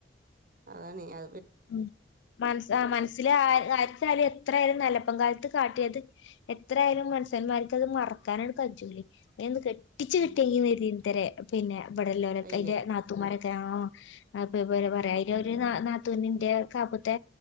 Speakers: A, on the right; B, on the left.
A: അതണെ അ
B: ഉം മൻസ് ആ മനസ്സില് ആര് ആരിച്ചാല് എത്രയായിരുന്നെലപ്പം കാലത്ത് കാട്ടിയത് എത്രയായാലും മനുസ്യന്മാർക്ക് അത് മറക്കാണപറ്റൂല്ലേ എന്ന് ഒട്ടിച്ച്
A: ഉം
B: വിട്ടേക്കുന്ന <unintelligible> പിന്നെ വെടലോര
A: അയിനെ
B: അയിന്റെ നാത്തുമാരൊ കേണോ അപ്പൊ ഇപോലെ
A: ആഹ്
B: പറയ് അയില് ഒരു നാ ന ത്തൂനിന്റെ കാപ്പുത്തെ